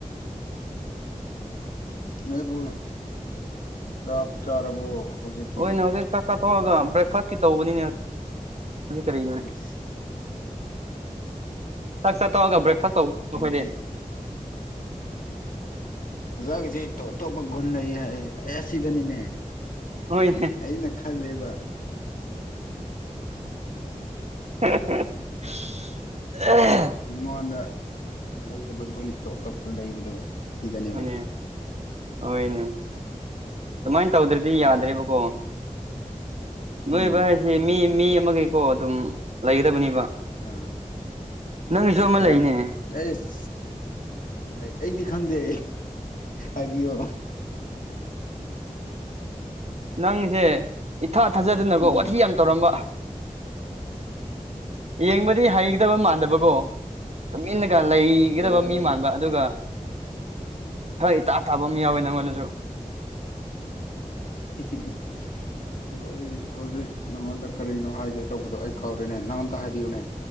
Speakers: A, on the left; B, on the right.
A: ꯅꯣꯏꯕꯨ ꯆꯥꯛ ꯆꯥꯔꯕꯣ ꯍꯧꯖꯤꯛꯀꯤ
B: ꯑꯣꯏꯅ ꯍꯧꯖꯤꯛ ꯆꯥꯛ ꯆꯥ ꯊꯣꯛꯑꯒ ꯕ꯭ꯔꯦꯛꯐꯥꯁꯀꯤ ꯇꯧꯕꯅꯤꯅꯦ ꯀꯅꯣꯅꯦ
A: ꯑꯁ
B: ꯆꯥꯛ ꯆꯥ ꯇꯣꯛꯑꯒ ꯕ꯭ꯔꯦꯛꯐꯥꯁ ꯇꯧꯕ ꯑꯩꯈꯣꯏꯗꯤ
A: ꯑꯩꯗꯤ ꯑꯣꯖꯥꯒꯤꯗꯤ ꯇꯣꯞ ꯇꯣꯞꯄ ꯒꯨꯟ ꯂꯩ ꯍꯥꯏꯌꯦ ꯑꯁꯤꯗꯅꯤꯅꯦ
B: ꯍꯣꯏꯅꯦ
A: ꯑꯩꯅ ꯈꯜꯂꯦꯕ
B: <unintelligible>
A: ꯃꯤꯉꯣꯟꯗ ꯂꯩꯇꯕ ꯒꯨꯟ ꯇꯣꯞ ꯇꯣꯞꯄ ꯂꯩꯕꯗꯣ ꯁꯤꯗꯅꯦꯕ
B: ꯍꯣꯏꯅꯦ ꯍꯣꯏꯅꯦ ꯑꯗꯨꯃꯥꯏꯟ ꯇꯧꯗ꯭ꯔꯗꯤ ꯌꯥꯗ꯭ꯔꯦꯕꯀꯣ ꯅꯣꯏꯕ
A: ꯎꯝ
B: ꯍꯥꯏꯁꯤ ꯃꯤ ꯃꯤ ꯑꯃꯒꯤꯀꯣ ꯑꯗꯨꯝ ꯂꯩꯒꯗꯕꯅꯦꯕ
A: ꯎꯝ
B: ꯅꯪꯒꯤꯁꯨ ꯑꯃ
A: ꯈꯔ
B: ꯂꯩꯅꯦ
A: ꯑꯩꯁ ꯑꯩ ꯑꯩꯗꯤ ꯈꯪꯗꯦ ꯍꯥꯏꯕꯤꯌꯣ
B: ꯅꯪꯁꯦ ꯏꯊꯥ ꯊꯥꯖꯗꯅꯀꯣ
A: ꯎꯝ
B: ꯋꯥꯊꯤ ꯌꯥꯝ ꯇꯧꯔꯝꯕ ꯌꯦꯡꯕꯗꯤ ꯍꯩꯒꯗꯕ ꯃꯥꯟꯗꯕꯀꯣ ꯇꯨꯃꯤꯟꯅꯒ ꯂꯩꯒꯗꯕ
A: ꯍꯣꯏ
B: ꯃꯤ ꯃꯥꯟꯕ ꯑꯗꯨꯒ ꯍꯣꯏ ꯏꯇꯥ ꯇꯥꯕ ꯑꯃ ꯌꯥꯎꯋꯦ ꯅꯪꯉꯣꯟꯗꯁꯨ
A: <unintelligible> ꯑꯗꯨ ꯑꯩ ꯍꯧꯖꯤꯛ ꯅꯪꯉꯣꯟꯗ ꯀꯔꯤꯅꯣ ꯍꯥꯏꯒꯦ ꯇꯧꯕꯗꯣ ꯑꯩ ꯀꯥꯎꯔꯦꯅꯦ ꯅꯪ ꯑꯝꯇ ꯍꯥꯏꯕꯤꯌꯨꯅꯦ